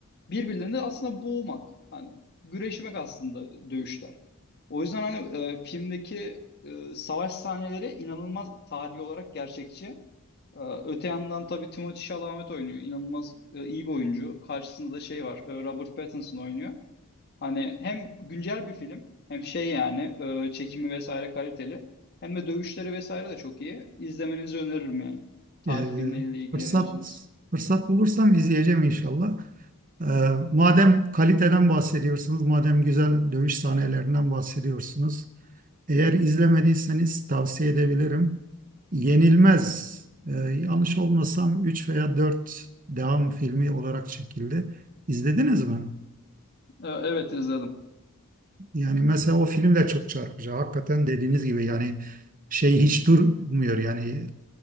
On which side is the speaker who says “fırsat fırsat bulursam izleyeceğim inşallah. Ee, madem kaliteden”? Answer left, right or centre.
Right